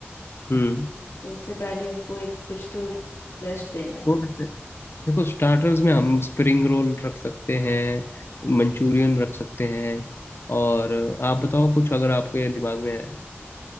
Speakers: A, on the left; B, on the left.
A: हम्म
B: तो उससे पहले उनको एक कुछ तो लिस्ट देना है
A: तो ऐसे- देखो स्टार्टर्स में हम स्प्रिंग रोल रख सकते हैं मंचूरियन रख सकते हैं और आप बताओ कुछ अगर आपके दिमाग में है